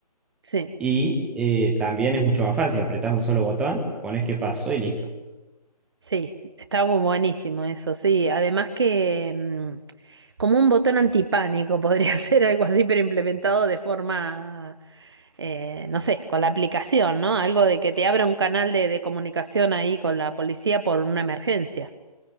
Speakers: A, on the right; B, in the centre.
A: sí.
B: y eh, también es mucho más fácil. Apretás un solo botón, pones qué pasó y listo.
A: Sí, está bu- buenísimo eso, sí. Además que mm, como un botón antipánico podría <laughs> ser algo así, pero implementado de forma, eh, no sé, con la aplicación, ¿no? Algo de que te abra un canal de, de comunicación ahí con la policía por una emergencia,